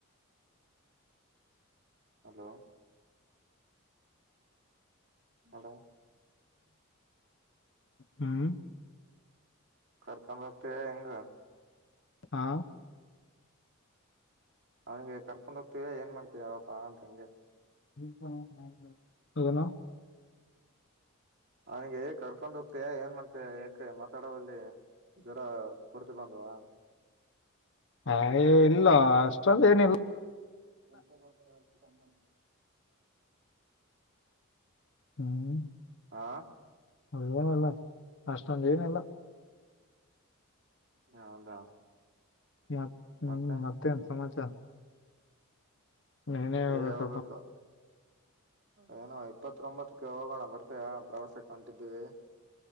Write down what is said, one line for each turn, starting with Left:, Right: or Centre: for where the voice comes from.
Right: ಹಲೋ ಹಲೋ
Left: ಹ್ಮ್ <inaudible>
Right: ಕರ್ಕ ಬತ್ತೆ ಹೆಂಗ
Left: ಹಾ
Right: ಅವ್ನಿಗೆ ಕರ್ಕೊಂಡ ಹೋಗ್ತೀವಿ ಏನ್ ಮಾಡ್ತೀವಿ ಯಾವಪ್ಪ ಅಂತ ಅಂದೆ.
Left: <inaudible>
Right: ಅವನಿಗೆ ಏ ಕರ್ಕೊಂಡ ಹೋಗತಯಾ ಏನ್ ಮಾಡತ ಏಕ ಮಾತಾಡೋಲ್ಲಿ. ಜ್ವರ ಪರತ ಬಂದವಾ.
Left: ಹ ಇಲ್ಲ ಅಷ್ಟೊಂದ ಏನಿಲ್ಲ.
Right: ಮಂತ ಕಮ್ಮ <inaudible>
Left: ಹ್ಮ್
Right: ಹಾ
Left: <inaudible> ಅಷ್ಟೊಂದ್ ಏನಿಲ್ಲ.
Right: ಹೌದಾ
Left: ಮತ್
Right: ಮತ್ತೆ
Left: ಮತ್ತೇನ್ ಸಮಾಚಾರ ನೀನೇ ಹೇಳ್ಬೇಕ
Right: ಹೇಳಬೇಕು ಏನು ಇಪ್ಪತ್ೊಂಬತ್ ಕ್ಕೆ ಹೋಗೋಣ ಬರ್ತಯಾ ಪ್ರವಾಸಕ್ಕೆ ಹೊಂಟಿದ್ದೀವಿ